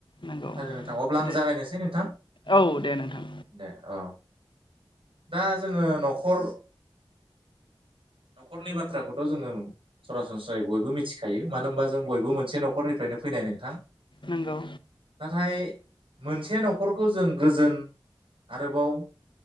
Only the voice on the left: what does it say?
नंगौ
दे
औ दे नोंथां
नंगौ